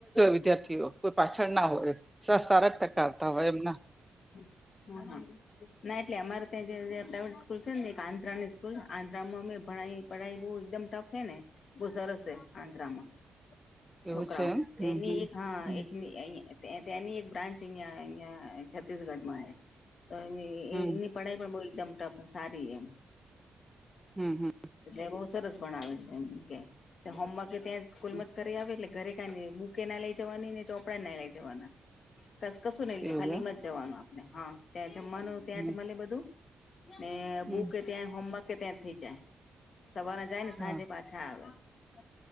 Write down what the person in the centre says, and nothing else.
વિદ્યાર્થીઓ બધા આગળ હોય અને કોઈ પાછળ ન હોય. સારા ટકા આવતા હોય એમ નહીં.
એવું
છે એમ
હમ
હમ
હમ
હં.
હમ
એવું
એમ
હમ
હમ
હા